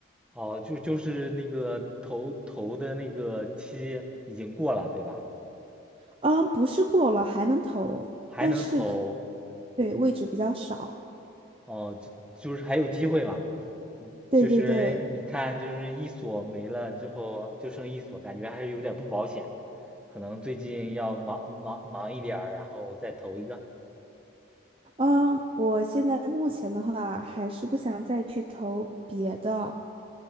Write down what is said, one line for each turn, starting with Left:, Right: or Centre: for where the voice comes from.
Centre: 哦，就就是那个投投的那个期已经过了，对吧？
Right: 啊，不是过了还能投，
Centre: 还能投，
Right: 但是可对位置比较少。
Centre: 哦，就就是还有机会嘛？
Right: 对对对，
Centre: 就是你看，就是一所没了之后，就剩一所，感觉还是有点不保险，可能最近要忙忙忙一点儿然后再投一个
Right: 嗯，我现在目前的话还是不想再去投别的，